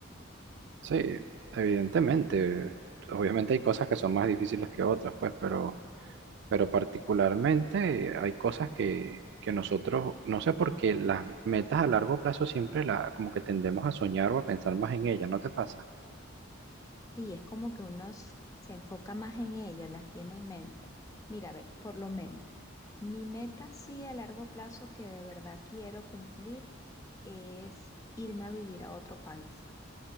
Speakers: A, on the right; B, on the left.
A: Sí, evidentemente. Obviamente hay cosas que son más difíciles que otras, pues, pero, pero particularmente hay cosas que, que nosotros, no sé por qué las metas a largo plazo siempre la, como que tendemos a soñar o a pensar más en ellas, ¿no te pasa?
B: Sí, es como que uno s- se enfoca más en ellas, las tiene en mente. Mira, ve, por lo menos, mi meta sí a largo plazo que de verdad quiero cumplir es irme a vivir a otro país.